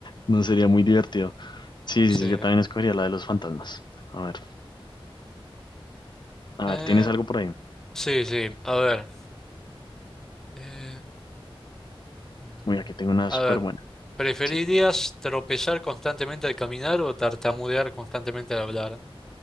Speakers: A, on the left; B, in the centre.
A: no sería muy divertido. Sí,
B: Sí.
A: sí, sí, yo también escogería la de los fantasmas. A ver, a
B: Eh,
A: ver, ¿tienes algo por ahí?
B: sí, sí. A ver. eh, mm,
A: Uy, aquí tengo una
B: a
A: súper
B: ver.
A: buena.
B: ¿Preferirías
A: Sí.
B: tropezar constantemente al caminar o tartamudear constantemente al hablar?